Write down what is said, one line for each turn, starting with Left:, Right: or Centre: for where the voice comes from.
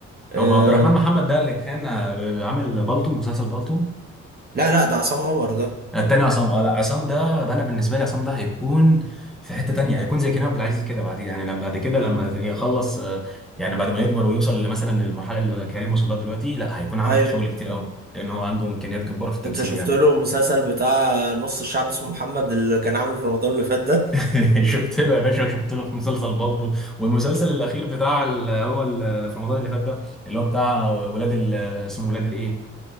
Right: آه
Centre: هو عبد الرحمن محمد ده اللي كان آه، عامل بالطو مسلسل بالطو
Right: لا لا ده عصام عمر ده
Centre: آه، التاني عصام اه لا عصام ده بقى انا بالنسبه لي عصام ده هيكون في حته تانيه هيكون زي كريم عبد العزيز كده بعد يعني لما بعد كده
Right: مم.
Centre: لما يخلص آه، يعني بعد ما يكبر ويوصل مثلا للمرحله اللي كريم وصل لها دلوقتي لا هيكون عمل
Right: ايوه
Centre: شغل كتير قوي لان هو عنده امكانيات جباره في التمثيل
Right: انت شفت
Centre: يعني
Right: له المسلسل بتاع نص الشعب اسمه محمد اللي كان عامله في رمضان اللي فات ده
Centre: <laughs> شفت له يا باشا شفت له في مسلسل بالطو والمسلسل الاخير بتاع ال- هو ال- في رمضان اللي فات ده اللي هو بتاع ولاد ال- اسمه ولاد الايه